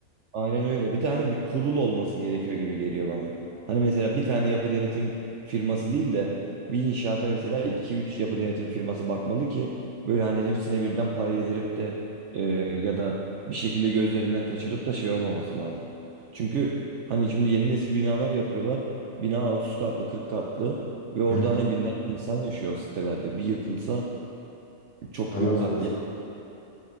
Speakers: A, on the right; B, on the left.
A: aynen öyle. Bir de hani bir kurul olması gerekiyor gibi geliyor bana. Hani mesela bir tane yapı denetim firması değil de bir inşaata mesela iki üç yapı denetim firması bakmalı ki böyle hani hepsine birden para yedirip de e, ya da bir şekilde gözlerinden kaçırıp da şey olmaması lazım. Çünkü hani şimdi yeni nesil binalar yapıyorlar. Bina 30 katlı 40 katlı ve orada
B: Hı hı.
A: hani binlerce insan yaşıyor o sitelerde. Bir yıkılsa çok
B: Allah
A: büyük
B: korusun.
A: katliam